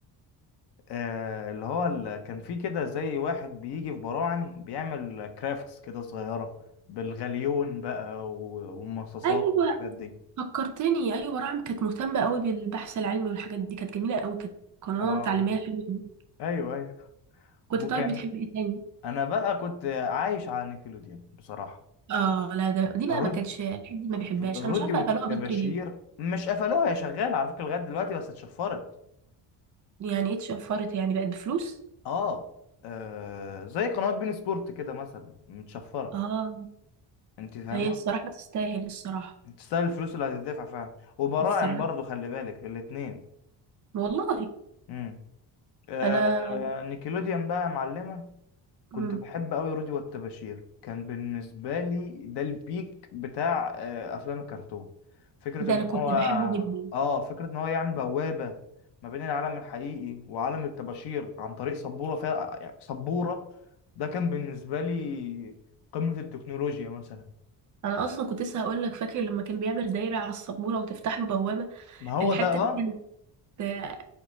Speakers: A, on the left; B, on the right.
A: آه اللي هو ال- كان في كده زي واحد بيجي في براعم بيعمل كرافتس كده صغيرة بالغليون بقى و- والمصاصات
B: ايوه
A: والحاجات دي
B: فكرتني ايوه براعم كانت مهتمه قوي بالبحث العلمي والحاجات دي كانت جميله قوي كانت قناه
A: اه
B: تعليميه حلوه قوي
A: ايوه ايوه
B: كنت
A: وكان
B: طيب بتحب ايه تاني
A: انا بقى كنت عايش على نيكلوديان بصراحه
B: اه لا ده دي بقى
A: رود
B: ما كانش حد ما بيحبهاش
A: رودي
B: انا مش عارفه
A: والتباشير
B: قفلوها بدري ليه
A: مش قفلوها يا شغال على فكره لغايه دلوقتي بس اتشفرت
B: يعني ايه اتشفرت يعني بقت بفلوس
A: اه آه، زي قنوات بين سبورت كده مثلا متشفره
B: اه
A: انت فاهمه
B: هي الصراحة تستاهل الصراحة
A: انت تستاهل الفلوس اللي هتدفع فعلا وبراعم
B: الصراحة
A: برضو خلي بالك الاتنين
B: والله
A: امم آه
B: انا
A: نيكلوديان بقى معلمه
B: مم.
A: كنت بحب قوي رودي والتباشير كان بالنسبة لي ده البيك بتاع آه، أفلام الكرتون فكرة
B: ده
A: إن
B: انا كنت
A: هو
B: بحبه جدا
A: آه فكرة إن هو يعمل بوابة ما بين العالم الحقيقي وعالم الطباشير عن طريق سبورة فيها يعني سبورة ده كان بالنسبة لي قمة التكنولوجيا مثلا
B: انا اصلا كنت لسه هقول لك فاكر لما كان بيعمل دايرة على السبورة وتفتح له بوابة
A: ما هو
B: الحتة
A: ده آه
B: دي كانت آه،